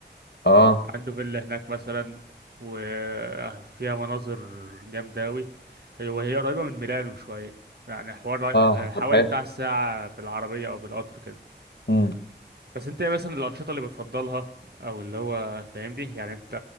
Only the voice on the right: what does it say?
عنده فيلا هناك مثلا وفيها مناظر جامدة أوي هي وهي قريبة من ميلانو شوية يعني حوار
حوالي
بتاع ساعة بالعربية أو بالقطر كده
بس انت ايه مثلا الأنشطة اللي بتفضلها أو اللي هو فاهمني يعني انت